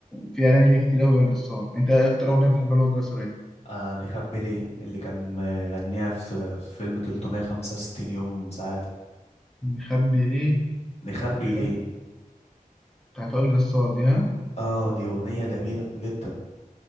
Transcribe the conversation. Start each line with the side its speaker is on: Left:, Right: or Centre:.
Centre: في أغاني ليه كتير أوي وائل جسار أنت إيه أكتر أغنية بتحبها لوائل جسار إيه؟
Left: آه نخبي ليه اللي كان مغنيها في في فيلم 365 يوم سعادة
Centre: مخبي ليه؟
Left: نخبي
Centre: مخبي
Left: ليه
Centre: بتاعت وائل جسار دي ها؟
Left: اه دي أغنية جميلة جدا